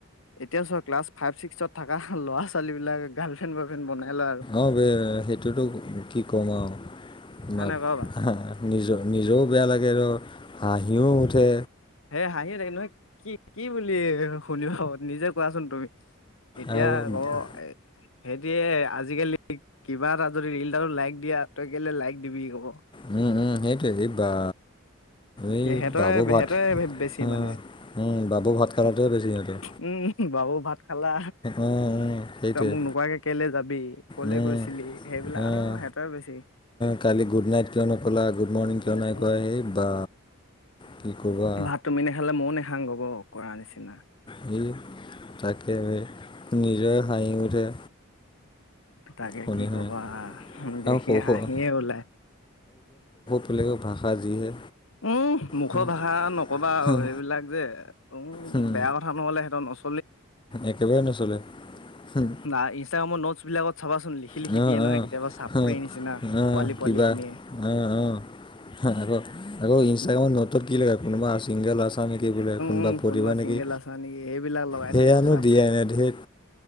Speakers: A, on the left; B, on the left.
A: এতিয়া চ ক্লাছ ফাইভ ছিক্সত থকা লৰা ছোৱালী বিলাক গাৰ্ল ফ্ৰেণ্ড, বয় ফ্ৰেণ্ড বনাই। লয় আৰু
B: অ, ব সেইটোতো কি কম আৰু।
A: হয় নাই বাৰু বা?
B: নিজৰ, নিজেও বেয়া লাগে ধ হাঁহিও উঠে।
A: হে হাঁহি ৰাই নহয় কি কি বুলি। শুনিব পাব নিজে কোৱাচোন তুমি এতিয়া
B: আৰু
A: কব এ সেইটয়ে আজিকালি কিবা এটা যদি ীল এটাটো লাইক দিয়াত। তই কেলে লাইক দিবি আকৌ।
B: উম, উম, সেইটোৱে এই বা, এই
A: সেহেঁতৰ
B: বাবু
A: সেহেঁতে
B: ভাত
A: বেছি
B: উম,
A: মানে।
B: উম, বাবু ভাত খালাটোৱে
A: উম,
B: বেছি সিহঁতৰ।
A: বাবু ভাত খালা।
B: উম, উম, সেইটোৱে
A: তই মোক নোকোৱাকে কেলে যাবি ক'লে
B: উম,
A: গৈছিলি। সেইবিলাক
B: উম।
A: আহ সিহটে বেছি।
B: কালি গুড নাইট কিয় নক'লা গুড মৰ্ণিং কিয়
A: উম
B: নাই
A: উম
B: কোৱা হেই বা। কি ক'বা।
A: ভাত তুমি নেখালে ময়ও নাখাওঁ গব কৰ নিচিনা।
B: স, তাকে নিজৰ হাঁহি উঠে।
A: তাকে
B: শুনি
A: কি কবা,
B: শুনি।
A: দেখি
B: আৰু সৰু
A: হাঁহিয়ে
B: সৰু
A: ওলায়।
B: আকুলক ভাষা যিহে।
A: উম, মুখৰ
B: হুম,
A: ভাষা নকবা আৰু
B: হুম,
A: সেইবিলাক যে উম
B: হুম,
A: বেয়া কথা নহ'লে সিহঁতৰ নচ
B: একেবাৰে নচ'লে। হুম।
A: নাই ইনষ্টাগ্ৰামৰ নোটছ বিলাকত। চাবাচোন লিখি লিখি
B: অ',
A: দিয়ে নহয়
B: অ',
A: কেতিয়াবা চাপৰে
B: অ',
A: নিচিনা
B: অ',
A: পোৱালি
B: কিবা
A: পোৱালি খিনিয়ে।
B: অ', অ'। আকৌ, আকৌ ইনষ্টাগ্ৰামত
A: উম,
B: নতৰ কি লে কোনোবা আ নেকি বোলে কোনোবা
A: উম,
B: পবা
A: চিংগল
B: নেকি
A: আছা নেকি সেইবিলাক লগাই
B: সেয়নো
A: থাকিব চাপৰি।
B: দিয়েনে ধেত।